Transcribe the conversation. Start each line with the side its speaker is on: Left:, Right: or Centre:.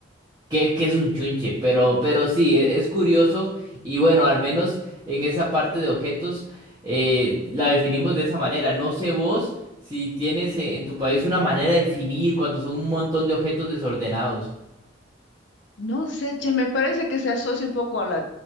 Right: que, que es un chunche, pero, pero sí, e- es, curioso y bueno, al menos en esa parte de objetos eh, la definimos de esa manera. No sé vos si tienes eh, en tu país una manera de definir cuando son un montón de objetos desordenados.
Left: No sé, che, me parece que se asocia un poco a la